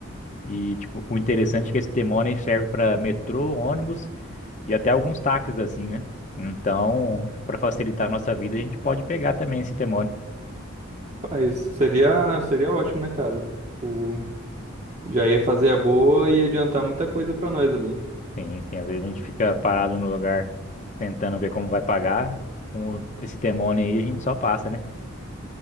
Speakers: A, on the left; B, on the right.
A: E, tipo, o interessante é que esse T-Money serve para metrô, ônibus e até alguns táxis, assim, né? Então, para facilitar a nossa vida, a gente pode pegar também esse t
B: Mas seria, seria ótimo, né, cara? Tipo, já ia fazer a boa e ia adiantar muita coisa pra nós ali.
A: Sim, sim. Às vezes a gente fica parado no lugar tentando ver como vai pagar. Com esse demônio aí, a gente só passa, né?